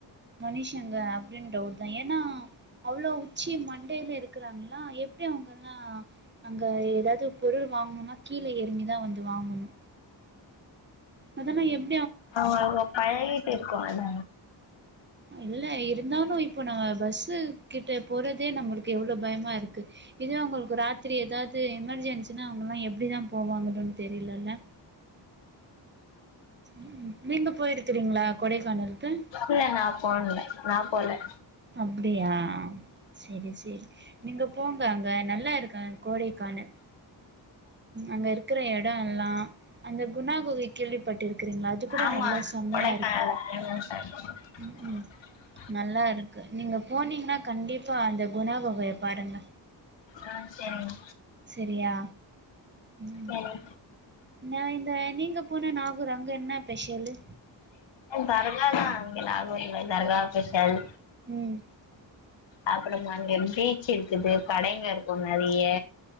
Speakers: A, on the right; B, on the left.
A: மனுஷங்க அப்டின் டவுட் தா ஏனா அவ்ளோ உச்சி மண்டேல இருக் இருக்குறாங்களா எப்புடி அவங்கல்லா அங்க ஏதாது பொருள் வாங்கணுனா கீழே இறங்கிதா வந்து வாங்கணு அதல்ல எப்
B: அவ அவ பழகீட்டு இருக்கு இல்ல
A: இல்லே இருந்தாலு இப்போ நாங் பஸ்சு கிட்ட போறதே நம்மளுக்கு எவ்வளவு பயமா இருக்கு இது அவங்களுக்கு ராத்திரி ஏதாது எமர்ஜென்சினா அவங்கல்லா எப்படிதா போவாங்கன்னுன் தெரியலல்ல ம் நீங்க போயிருக்கிறீங்களா கொடைகானல் <unintelligible>
B: இல்லே நா போனதில்ல நா போல
A: அப்டியா செரி செரி நீங்க போங்க அங்க நல்லா இருக்கா கோடைக்கானல் அங்க இருக்கிற எட எல்லா அந்த குணா கொகை கேள்விப்பட்டு இருக்கிறீங்களா அது கூட
B: ஆமா
A: நல்லா செம்மையா
B: கொடைக்கானல்
A: இருக்கு
B: எவ்ளோ <unintelligible>
A: ம் ம் நல்லா இருக் கு நீங்க போனீங்கன்னா கண்டிப்பா அந்த குணா கொகைய பாருங்க
B: ஆ சரிங்க
A: சரியா உம்
B: சரி
A: நா இந்த நீங்க போன நாகூர் அங்க என்ன ஃபெஸலு
B: தர்கா தா அங்க நாகூர்ல தர்கா ஃபெஸல்
A: ம்
B: அப்புறமா அங்க பீச் இருக்குது கடைங்க இருக்கு நெறைய